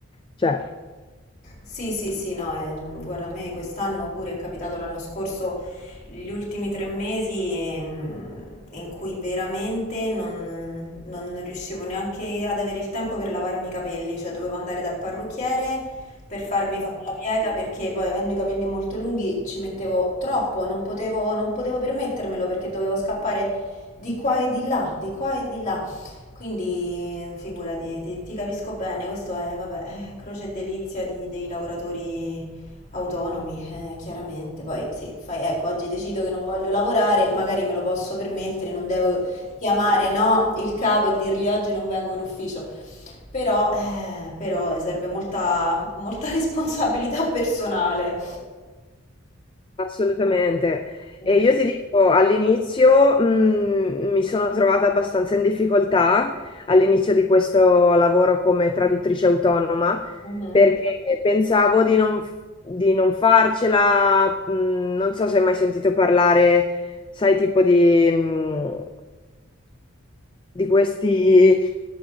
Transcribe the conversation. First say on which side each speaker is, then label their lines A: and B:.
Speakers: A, on the left; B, on the left.
A: Cioè,
B: Sì, sì, sì, no, ehm, guarda, a me quest'anno pure è capitato l'anno scorso, gli ultimi tre mesi ehm, in cui veramente non, non riuscivo neanche ad avere il tempo per lavarmi i capelli, cioè dovevo andare dal parrucchiere per farmi fare la piega perché poi avendo i capelli molto lunghi ci mettevo troppo, non potevo, non potevo permettermelo perché dovevo scappare di qua e di là, di qua e di là. Quindi figurati, ti, ti capisco bene, questo è, vabbè, <laughs> eh, croce e delizia di- dei lavoratori autonomi, eh, chiaramente. Poi sì, fai, ecco, oggi decido che non voglio lavorare, magari me lo posso permettere, non devo chiamare, no, il capo e dirgli oggi non vengo in ufficio. Però, eh, però eh, serve molta, molta <laughs> responsabilità personale.
A: Assolutamente.
B: Mm,
A: E io ti dico, all'inizio mh, mi sono trovata abbastanza in difficoltà all'inizio di questo lavoro come traduttrice autonoma
B: mhm.
A: perché pensavo di non, di non farcela, mh, non so se hai mai sentito parlare, sai, tipo di, mh, di questi